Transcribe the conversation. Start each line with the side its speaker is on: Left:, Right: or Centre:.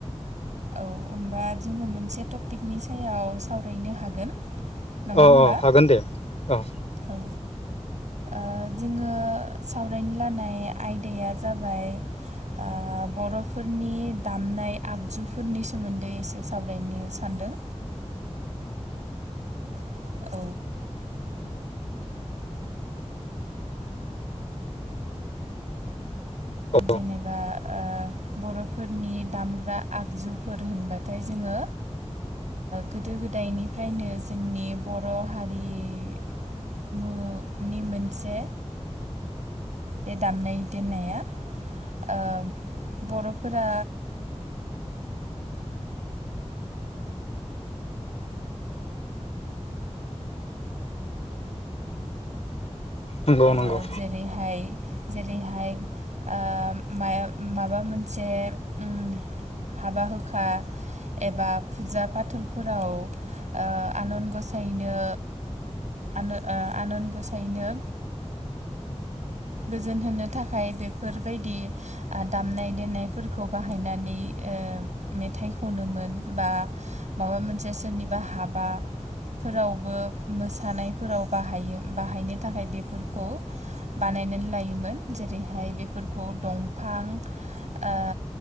Right: औ होमबा जोङो मोनसे टपिकनि सायाव सावरायनो हागोन नङा
Left: औ
Right: होनबा
Left: औ हागोन दे औ
Right: औ ओ जोङो सावरायनो लानाय आयदाया जाबाय ओ बरफोरनि दामनाय आगजु फोरनि सोमोन्दै एसे सावरायनो सान्दों <inaudible>
Left: औ
Right: जेनेबा ओ बरफोरनि दामग्रा आगजुफोर होनबाथाय जोङो गोदो गोदायनिफ्रायनो जोंनि बर हारि मु नि मोनसे बे दामनाय देनाया ओ बरफोरा
Left: नंगौ
Right: ओ
Left: नंगौ
Right: जेरैहाय जेरैहाय ओ माय माबा मोनसे ओम हाबा हुखा एबा फुजा फाथलफोराव ओ आनान गसायनो आंनो ओ आनन गसायनो गोजोन होनो थाखाय बेफोरबायदि दामनाय देनायफोरखौ बाहायनानै ओ मेथाइ खनोमोन बा माबा मोनसे सोरनिबा हाबा फोरावबो मोसानायफोराव बाहाय बाहायनो थाखाय बेफोरखौ बानायनानै लायोमोन जेरैहाय बेफोरखौ दंफां ओ